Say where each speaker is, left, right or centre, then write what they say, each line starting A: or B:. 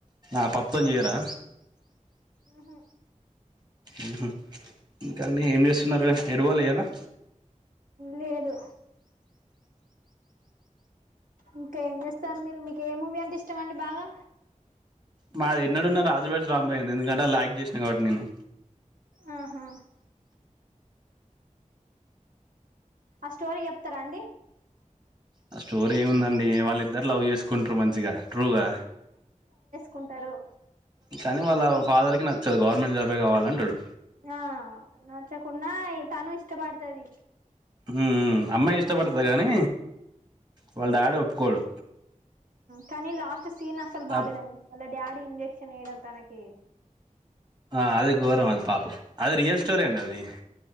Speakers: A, on the right; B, on the right.
A: ఆ పప్పుతో చేయరా
B: ఆహా
A: ఆహ ఇంకా అండి ఏం చేస్తున్నారు ఎటుపోలె ఇయ్యాలా
B: లేదు ఇంకా ఏం చేస్తారు మీరు మీకు ఏ మూవీ అంటే ఇష్టం అండి బాగా
A: నాది ఎన్నడున్నా రాజు వెడ్స్ రాంబాయ్ అండి ఎందుకంటే అల్ ఆక్ చేసినా కాబట్టి నేను
B: ఆహా ఆ స్టోరీ చెప్తారా అండి
A: ఆ స్టోరీ ఏముందండి వాళ్ళిద్దరు లవ్ చేసుకుంటారు మంచిగా ట్రూగా
B: కుంటారు
A: కాని వాళ్ళ ఫాదర్ కి నచ్చదు గవర్నమెంట్ జాబే కావాలంటడు
B: ఆ నచ్చకున్నా తను ఇష్టపడతుది
A: హు అమ్మాయి ఇష్టపడతది కానీ వాళ్ళ డాడీ ఒప్పుకోడు
B: కాని లాస్ట్ సీన్ అస్సల్
A: ఆ
B: బాలేదండి వాళ్ళ డాడీ ఇంజెక్షన్ వేయడం తనకి
A: ఆ అదే గోరం అది పాపం అది రియల్ స్టోరీ అండి అది